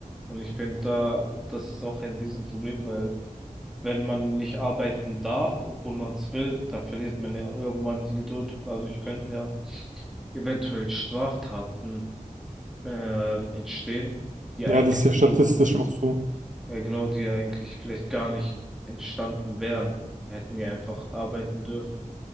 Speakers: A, in the centre; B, on the right (about 65°).
A: Und ich finde da, das ist auch ein Riesenproblem, weil wenn man nicht arbeiten darf, obwohl man es will, dann verliert man ja irgendwann die Geduld und dadurch könnten ja eventuell Straftaten ähm, entstehen, die
B: Ja,
A: eigentlich
B: das ist ja statistisch
A: so,
B: auch so.
A: ja genau, die eigentlich vielleicht gar nicht entstanden wären, hätten wir einfach arbeiten dürfen.